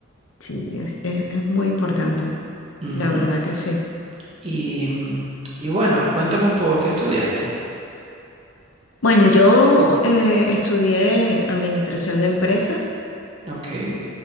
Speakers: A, on the left (about 75°); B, on the right (about 30°).
A: sí, es, es- es muy importante,
B: Ujú.
A: la verdad que sí.
B: Y, mm, y bueno, cuéntame un poco, ¿qué estudiaste?
A: Bueno, yo eh, estudié administración de empresas
B: Ok,